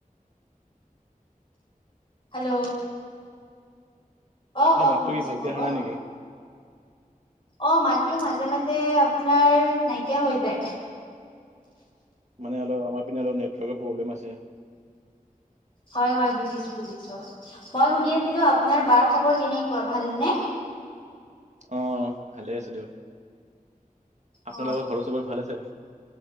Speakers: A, on the left; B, on the right.
A: হেল্ল'। অ',
B: আপোনাৰ
A: অ'
B: মাতটো
A: শুনিছোঁ
B: কি ভালকে
A: ক'ব।
B: অহা নাই নেকি?
A: অ' মাতটো মাজে মাজে যে আপোনাৰ নাইকিয়া হৈ যায়।
B: মানে অলপ আমাৰ পিনে অলপ নেটৱৰ্কৰ প্ৰব্লেম আছে।
A: হয় হয় বুজিছোঁ, বুজিছোঁ। বাৰু সুধি আছিলোঁ আপোনাৰ বাৰ খবৰ কেনেকুৱা ভালনে?
B: অ' ভালে আছোঁ দিয়ক। আপোনালোকৰ
A: অ
B: ঘৰৰ চবৰে ভাল আছে?